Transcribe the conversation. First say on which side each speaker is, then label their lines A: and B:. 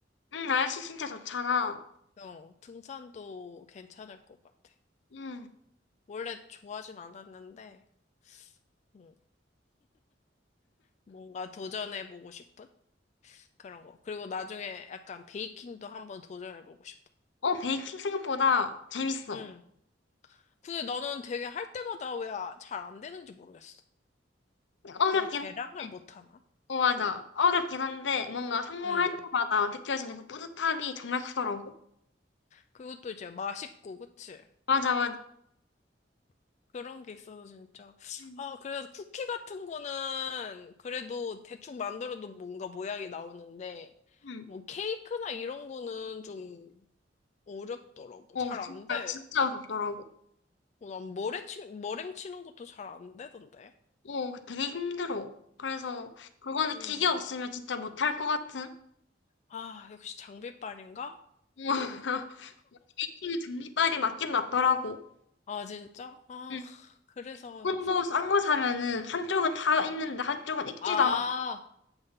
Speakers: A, on the left (about 70°); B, on the left (about 40°).
A: 응, 날씨 진짜 좋잖아.
B: 어, 등산도 괜찮을 것 같아.
A: 응,
B: 원래 좋아하진 않았는데, 음, 뭔가 도전해보고 싶은 그런 거. 그리고 나중에 약간 베이킹도 한번 도전해보고 싶어.
A: 어, 베이킹 생각보다 재밌어.
B: 응. 근데 나는 되게 할 때마다 왜 잘 안 되는지 모르겠어.
A: 어렵긴
B: 내가 계량을
A: 한데,
B: 못하나?
A: 어, 맞아.
B: 응.
A: 어렵긴 한데 뭔가 성공할
B: 응.
A: 때마다 느껴지는 그 뿌듯함이 정말 크더라고.
B: 그리고 또 이제 맛있고, 그치?
A: 맞아, 맞아.
B: 그런 게 있어서 진짜.
A: 응.
B: 아, 그래서 쿠키 같은 거는 그래도 대충 만들어도 뭔가 모양이 나오는데,
A: 응.
B: 뭐 케이크나 이런 거는 좀 어렵더라고.
A: 어,
B: 잘
A: 진짜,
B: 안 돼.
A: 진짜 어렵더라고.
B: 어, 난 머랭 치, 머랭 치는 것도 잘 안 되던데.
A: 어, 되게 힘들어. 그래서, 그거는
B: 음.
A: 기계 없으면 진짜 못할 것 같은? 어,
B: 아, 역시 장비빨인가?
A: <laughs> 베이킹은 종이빨이 맞긴 맞더라고.
B: 아, 진짜? 아,
A: 응.
B: 그래서,
A: 콘도 싼 거 사면은, 한쪽은 다 있는데, 한쪽은 익지도
B: 아,
A: 않고.